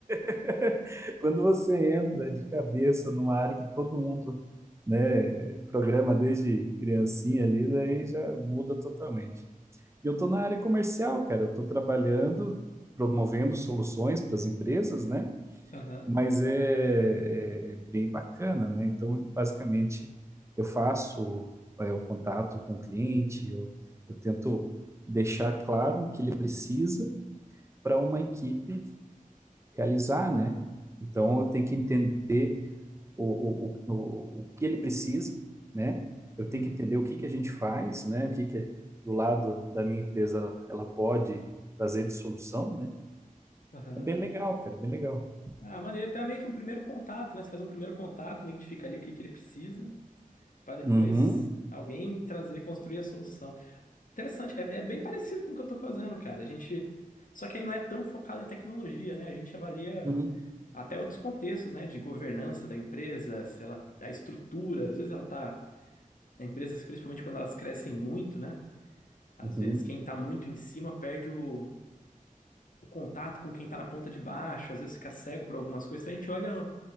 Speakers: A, on the right; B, on the left.
A: <laughs> Quando você entra de cabeça numa área que todo mundo, né, programa desde criancinha ali, daí já muda totalmente. E eu estou na área comercial, cara. Eu estou trabalhando, promovendo soluções para as empresas, né?
B: Aham,
A: Mas é, é- é bem bacana, né? Então, basicamente, eu faço é, o contato com o cliente, eu, eu tento deixar claro o que ele precisa para uma equipe realizar, né? Então, eu tenho que entender o, o, o, o que ele precisa, né? Eu
B: uhum,
A: tenho que entender o que, que a gente faz, né? O que, que do lado da minha empresa ela pode trazer de solução, né?
B: aham.
A: É bem legal, cara, bem legal.
B: Ah, maneiro. Então é meio que um primeiro contato, né? Você faz um primeiro contato, identifica ali o que que ele precisa, para depois
A: Uhum,
B: alguém trazer, construir a solução. Interessante. É, é bem parecido com o que eu tô fazendo, cara. A gente. Só que aí não é tão focado em tecnologia, né? A gente avalia
A: uhum,
B: até outros contextos, né? De governança da empresa, se ela, a estrutura. Às vezes ela tá. Empresas, principalmente quando elas crescem muito, né? Às
A: uhum,
B: vezes quem tá muito em cima perde o, o contato com quem tá na ponta de baixo, às vezes fica cego por algumas coisas. Então a gente olha.